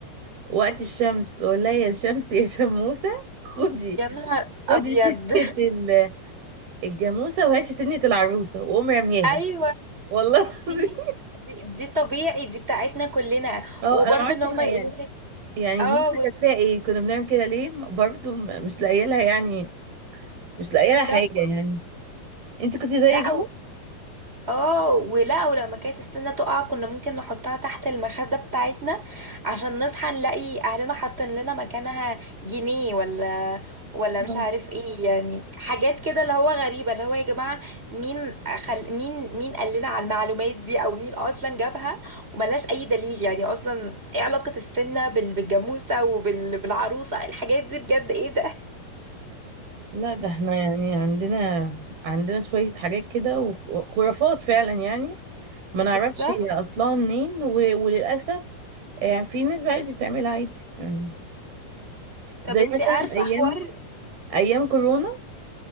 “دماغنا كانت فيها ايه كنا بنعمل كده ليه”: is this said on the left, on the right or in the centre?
Right